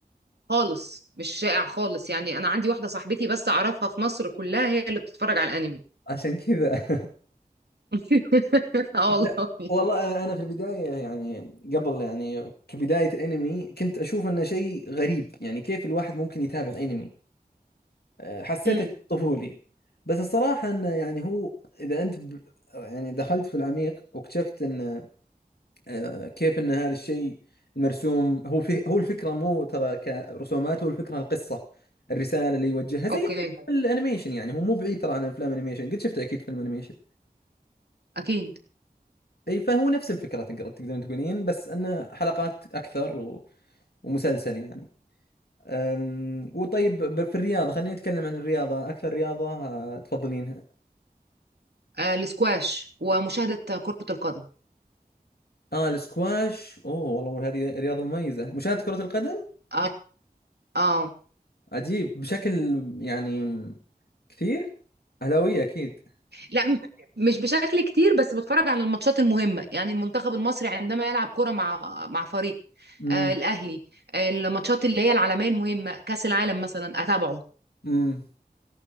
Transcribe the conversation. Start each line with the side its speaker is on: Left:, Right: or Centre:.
Right: خالص مش شائع خالص يعني انا عندي واحده صاحبتي بس اعرفها في مصر كلها هي اللي بتتفرج على الانمي
Left: عشان كذا <laughs>
Right: <laughs> <laughs> اه والله
Left: لا والله انا أنا في البدايه يعني قبل يعني كبدايه انمي كنت اشوف انه شيء غريب يعني كيف الواحد ممكن يتابع انمي أه، حسيته
Right: امم
Left: شيء طفولي بس الصراحه انه يعني هو اذا انت ب... يعني دخلت في العميق واكتشفت ان أه، كيف ان هذا الشيء المرسوم هو في... هو الفكره مو ترى كرسومات هو الفكره القصه الرساله اللي يوجهها زي
Right: اوكي
Left: الانيميشن يعني هو مو بعيد ترى عن افلام انيميشن قد شفت اكيد فيلم انيميشن
Right: اكيد
Left: اي فهو نفس الفكرة تقدر تقدرون تقولين بس انه حلقات اكثر و... ومسلسل يعني أم... وطيب ب- في الرياضة خلينا نتكلم عن الرياضة اكثر رياضة آه، تفضلينها
Right: آه الاسكواش ومشاهده كره القدم
Left: اه السكواش اوه والله والله هذه رياضة مميزة مشاهدة كرة القدم
Right: اه اه
Left: عجيب بشكل يعني كثير اهلاوية اكيد
Right: لا م- مش بشكل كتير بس بتفرج على الماتشات المهمه يعني المنتخب المصري عندما يلعب كره مع مع فريق
Left: امم
Right: آه الاهلي آه الماتشات اللي هي العالميه المهمه كاس العالم مثلا اتابعه
Left: امم